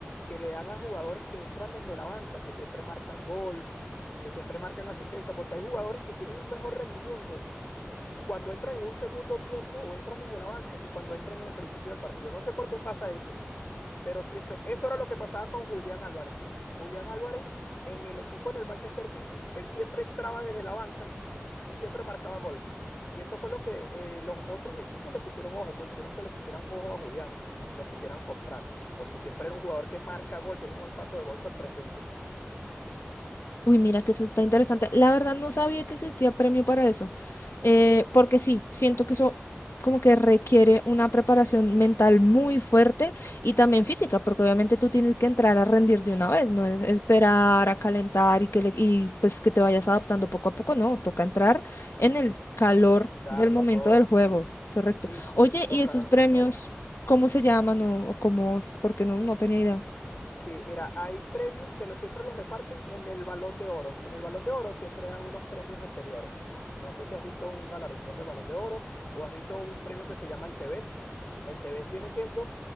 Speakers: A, on the left (about 45°); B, on the left (about 70°).
A: que le dan a jugadores que entran desde la banca, que siempre marcan gol, que siempre marcan asistencia, porque hay jugadores que tienen un mejor rendimiento cuando entran en un segundo tiempo o entran desde la banca que cuando entran en el principio del partido. No sé por qué pasa eso. Pero siempre, eso era lo que pasaba con Julián Álvarez. Julián Álvarez en el equipo en el Manchester City, él siempre entraba desde la banca y siempre marcaba gol. Y eso fue lo que eh, los otros equipos le pusieron ojo, pues hicieron que le pusieran ojo a Julián y lo quisieran comprar, porque siempre era un jugador que marca gol, tiene un olfato de gol sorprendente.
B: Uy, mira que eso está interesante. La verdad no sabía que existía premio para eso, eh, porque sí, siento que eso como que requiere una preparación mental muy fuerte y también física, porque obviamente tú tienes que entrar a rendir de una vez, no es esperar a calentar y que le- y pues que te vayas adaptando poco a poco, no, toca entrar en el calor
A: Y darlo
B: del momento
A: todo.
B: del juego, correcto.
A: Sí, sí,
B: Oye,
A: y toca
B: ¿y esos
A: darlo
B: premios
A: todo.
B: cómo se llaman o, o cómo? Porque no, no tenía idea.
A: Sí, mira, hay premios que lo- siempre los reparten en el Balón de Oro. En el Balón de Oro siempre dan unos premios anteriores. No sé si has visto un galardón del Balón de Oro o has visto un premio que se llama el Tevez. El Tevez viene siendo